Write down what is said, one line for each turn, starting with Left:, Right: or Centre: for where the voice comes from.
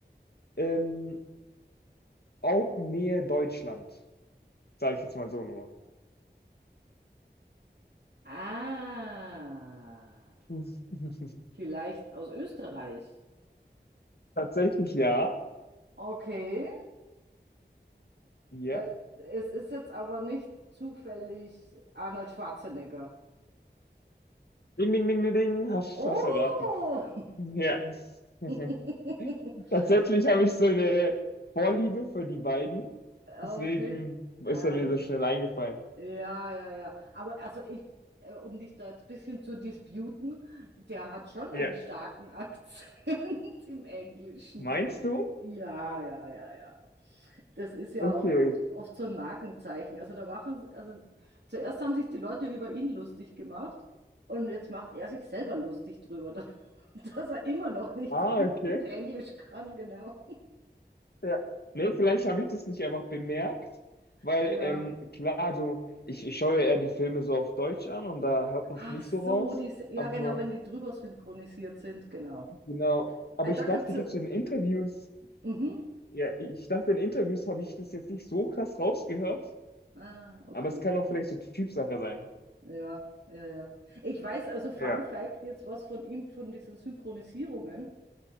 Left: ähm, auch nähe Deutschland, sage ich jetzt mal so nur.
Right: Ah,
Left: <laughs>
Right: vielleicht aus Österreich.
Left: Tatsächlich ja.
Right: Okay.
Left: Ja.
Right: Äh, es ist jetzt aber nicht zufällig Arnold Schwarzenegger.
Left: Ding, ding, ding, ding, ding. Hast,
Right: Oh!
Left: hast erraten. Ja. <laughs>
Right: <laughs>
Left: Tatsächlich habe ich so eine Vorliebe für die beiden.
Right: Okay.
Left: Deswegen ist
Right: Ah.
Left: er mir so schnell eingefallen.
Right: Ja, ja, ja. Aber also ich, äh, um dich da jetzt ein bisschen zu disputen, der hat schon
Left: Ja.
Right: einen starken Akzent <laughs> im Englischen,
Left: Meinst
Right: finde
Left: du?
Right: ich. Ja, ja, ja, ja. Das ist ja
Left: Okay.
Right: auch oft, oft so ein Markenzeichen. Also da machen sie, also zuerst haben sich die Leute über ihn lustig gemacht und jetzt macht er sich selber lustig drüber, <laughs> dass, dass er immer noch nicht
Left: Ah, okay.
Right: gut Englisch kann, genau.
Left: Ja. Nee, vielleicht habe ich das nicht einfach bemerkt, weil
Right: Ja.
Left: ähm, klar, so, ich, ich schaue ja eher die Filme so auf Deutsch an und da hört man
Right: Ach
Left: es nicht
Right: so,
Left: so raus.
Right: diese, ja
Left: Aber
Right: genau, wenn die drüber synchronisiert sind, genau.
Left: genau, aber
Right: Ah,
Left: ich
Right: da
Left: dachte,
Right: gibt's.
Left: ich
Right: äh,
Left: habe so in Interviews,
Right: Mhm.
Left: ja, ich dachte, in Interviews habe ich das jetzt nicht so krass rausgehört,
Right: Ah, okay.
Left: aber es kann auch vielleicht so Typsache sein.
Right: Ja, ja, ja. Ich weiß also, Fun
Left: Ja.
Right: Fact, jetzt was von ihm, von diesen Synchronisierungen,